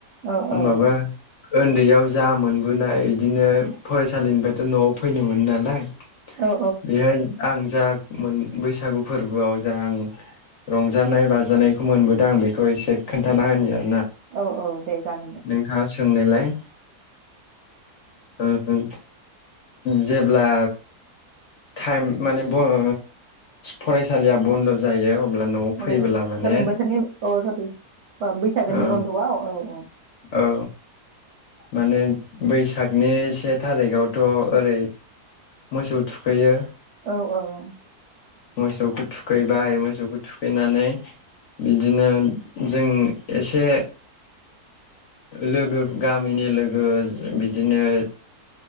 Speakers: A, on the right (about 65°); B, on the left (about 60°).
A: औ
B: होमबाबो
A: औ
B: उन्दैयाव जा मोनबोनाय इदिनो फरायसालिनिफ्रायथ' न'आव फैनो मोनो नालाय,
A: औ
B: बेहाय आं जा मोन बैसागु फोरबोआव जा आं रंजानाय बाजानायखौ मोनबोदों आं बेखौ एसे खोन्थाना होनि आरो
A: औ औ दे जाग
B: नोंथां सोंनायलाय, ओ जेब्ला टाइम माने बन फरायसालिया बन्द' जायो। अब्ला न'आव फैबोला
A: औ
B: माने
A: गोलोम बोथोरनि औ <unintelligible> बैसागोनि
B: ओ
A: बन्द'आव औ औ
B: औ माने बैसागनि से थारिखावथ' ओरै मोसौ थुखैयो
A: औ औ औ
B: मोसौखौ थुखैबाय मोसौखौ थुखैनानै बिदिनो जों एसे लोगो गामिनि लोगो बिदिनो